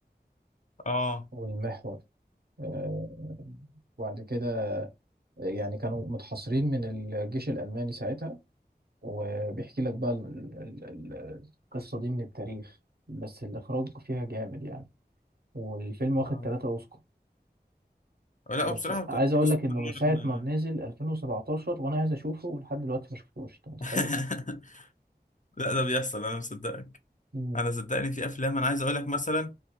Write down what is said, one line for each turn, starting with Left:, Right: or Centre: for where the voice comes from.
Left: اه
Right: والمحور آه، وبعد كده آه، يعني كانوا متحصرين من الجيش الألماني ساعتها وبيحكي لك بقى ال- ال- ال- القصة دي من التاريخ بس الإخراج فيها جامد يعني والفيلم واخد
Left: آه.
Right: ثلاثة أوسكار
Left: لا
Right: بس
Left: هو بصراحة
Right: عايز
Left: كان كريستوفر
Right: اقول لك انه من ساعه
Left: نولان
Right: ما نزل 2017 وانا عايز اشوفه ولحد دلوقتي ما شفتوش انت متخيل
Left: <laughs> لا ده بيحصل انا مصدقك
Right: مم.
Left: انا صدقني في افلام انا عايز اقول لك مثلا